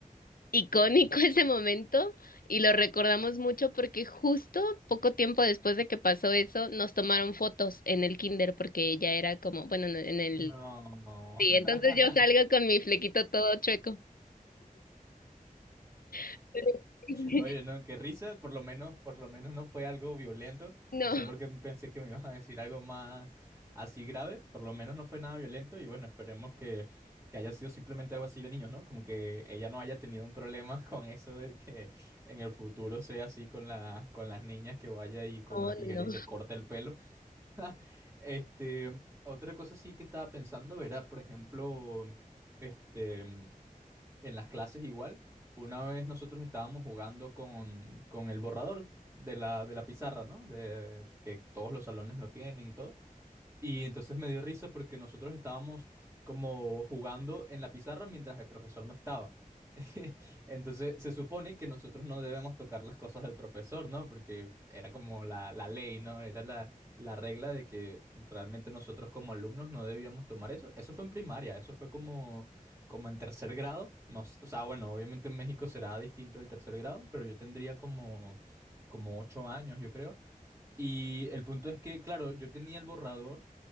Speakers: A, on the left (about 80°); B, on the right (about 15°).
A: icónico <laughs> ese momento y lo recordamos mucho porque justo poco tiempo después de que pasó eso, nos tomaron fotos en el kinder porque ella era como, bueno, no, en el...
B: no.
A: Sí, entonces
B: <laughs>
A: yo salgo con mi flequito todo chueco. <laughs>
B: Oye, no, qué risa. Por lo menos, por lo menos no fue algo violento.
A: No,
B: No sé por qué pensé que me ibas a decir algo más así grave. Por lo menos no fue nada violento. Y bueno, esperemos que, que haya sido simplemente algo así de niños, ¿no? Como que ella no haya tenido un problema <laughs> con eso de que en el futuro sea así con la, con las niñas que vaya y con
A: no,
B: una tijera
A: no,
B: y
A: no.
B: le corta el pelo. <laughs> Este, otra cosa sí que estaba pensando era, por ejemplo, este. en las clases igual. Una vez nosotros estábamos jugando con, con el borrador de la, de la pizarra, ¿no? De, que todos los salones lo tienen y todo. Y entonces me dio risa porque nosotros estábamos como jugando en la pizarra mientras el profesor no estaba. <laughs> Entonces se supone que nosotros no debemos tocar las cosas del profesor, ¿no? Porque era como la, la ley, ¿no? Era la, la regla de que realmente nosotros como alumnos no debíamos tomar eso. Eso fue en primaria, eso fue como, como en tercer grado. No, s- o sea, bueno, obviamente en México será distinto el tercer grado, pero yo tendría como, como ocho años, yo creo. Y el punto es que, claro, yo tenía el borrador